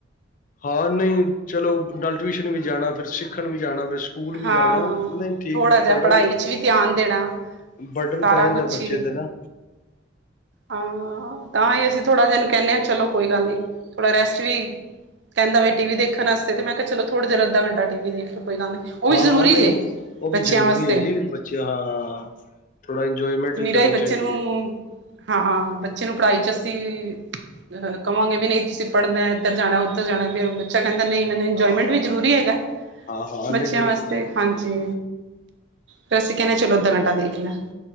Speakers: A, on the left; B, on the right.
A: ਹਾਂ ਨਹੀਂ ਚਲੋ ਨਾਲ ਟਿਊਸ਼ਨ ਵੀ ਜਾਣਾ ਫਿਰ ਸਿੱਖਣ ਵੀ ਜਾਣਾ ਫ ਸਕੂਲ ਵੀ
B: ਹਾਂ
A: ਜਾਣਾ, ਨਹੀਂ ਠੀਕ
B: ਥੋੜ੍ਹਾ
A: ਹੈ
B: ਜਿਹਾ
A: ਪੜ੍ਹਨ।
B: ਪੜ੍ਹਾਈ 'ਚ ਵੀ ਧਿਆਨ ਦੇਣਾ
A: ਬਰਡਨ
B: ਸਾਰਾ
A: ਪੈ ਜਾਂਦਾ
B: ਕੁਛ
A: ਬੱਚੇ
B: ਹੀ
A: ਤੇ ਨਾ।
B: ਹਾਂ ਤਾਂ ਹੀ ਅਸੀਂ ਥੋੜ੍ਹਾ ਇਹਨੂੰ ਕਹਿੰਨੇ ਹਾਂ ਚਲੋ ਕੋਈ ਗੱਲ ਨਹੀਂ ਥੋੜਾ ਰੈਸਟ ਵੀ ਕਹਿੰਦਾ ਵੇ ਟੀ ਵੀ ਦੇਖਣ ਵਾਸਤੇ ਮੈਂ ਕਿਹਾ ਚਲੋ ਥੋੜੀ ਦੇਰ ਅੱਧਾ ਘੰਟ ਟੀ ਵੀ ਦੇਖ ਲਓ ਕੋਈ ਗੱਲ ਨਹੀਂ। ਉਹ ਵੀ
A: ਹਾਂ-ਹਾਂ
B: ਜ਼ਰੂਰੀ
A: ਨਹੀਂ,
B: ਜੇ
A: ਉਹ ਵੀ
B: ਬੱਚਿਆਂ
A: ਜ਼ਰੂਰੀ
B: ਵਾਸਤੇ
A: ਹੈ ਜੀ ਬੱਚੇ ਹਾਂ। ਥੋੜਾ ਇੰਜੋਏਮੈਂਟ
B: ਨਿਰਾ
A: ਵੀ ਕਰਨੀ
B: ਹੀ ਬੱਚੇ
A: ਚਾਹੀਦੀ
B: ਨੂੰ
A: ਹੈ।
B: ਹਾਂ ਬੱਚੇ ਨੂੰ ਪੜ੍ਹਾਈ ਚ ਅਸੀਂ, ਅਹ ਕਵਾਂਗੇ ਵੀ ਨਹੀਂ ਤੁਸੀਂ ਪੜ੍ਹਦਾ ਇੱਧਰ ਜਾਣਾ ਉੱਧਰ ਜਾਣਾ ਫਿਰ ਬੱਚਾ ਕਹਿੰਦਾ ਨਹੀਂ ਇੰਜੋਏਮੈਂਟ
A: ਹਾਂ
B: ਵੀ ਜ਼ਰੂਰੀ ਹੈਗਾ,
A: ਹਾਂ ਹਾਂ
B: ਬੱਚਿਆਂ
A: ਨਹੀਂ ਬਿਲਕੁਲ
B: ਵਾਸਤੇ
A: ਸਹੀ
B: ਹਾਂਜੀ। ਫਿਰ ਅਸੀਂ ਕਹਿੰਨੇ ਚਲੋ ਅੱਧਾ ਘੰਟਾ ਦੇਖ ਲਾ।